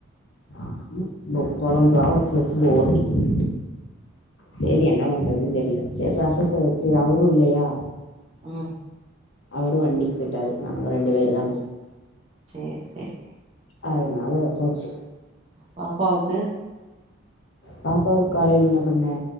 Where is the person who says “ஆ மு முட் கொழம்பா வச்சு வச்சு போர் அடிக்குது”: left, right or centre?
Left